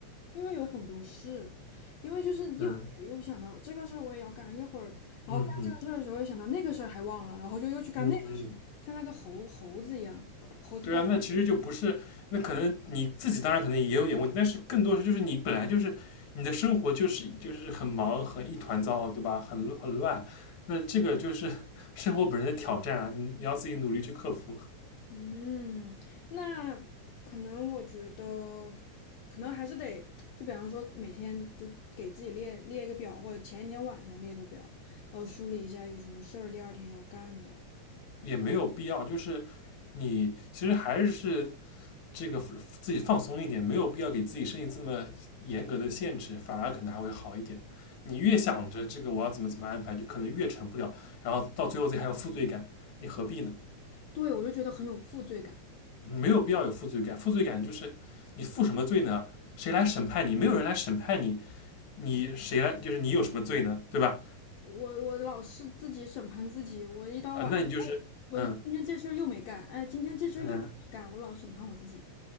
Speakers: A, on the left; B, on the left.
A: 因为有很多事，因为就是一会儿又想到这个事儿我也要干，
B: 嗯
A: 一会儿然后干这个事儿的时候又想到那个事儿还忘了，
B: 嗯嗯
A: 然后就又去干那个事儿，
B: 嗯嗯，
A: 像那个猴猴子一样，猴子掰
B: 对啊，那其实就不是，那可能你自己当然可能也有点问题，但是更多是就是你本来就是你的生活就是就是很忙很一团糟，对吧？很很乱，那这个就是 <laughs> 生活本身的挑战啊，你你要自己努力去克服，
A: 嗯，那可能我觉得，可能还是得，就比方说每天就给自己列列一个表，或者前一天晚上列个表，然后梳理一下有什么事儿第二天要干的。
B: 也没有必要，就是你其实还是这个自己放松一点，没有必要给自己设定这么严格的限制，反而可能还会好一点。你越想着这个我要怎么怎么安排，就可能越成不了，然后到最后自己还有负罪感，你何必呢？
A: 对，我就觉得很有负罪感。
B: 没有必要有负罪感。负罪感就是你负什么罪呢？谁来审判你？没有人来审判你，你谁来？就是你有什么罪呢？对吧？
A: 我我老是自己审判自己，我一到晚上，
B: 啊，那你就是嗯
A: 哎我今天这事儿又没干，哎，今天这事儿又没干，
B: 嗯，
A: 我老审判我自己。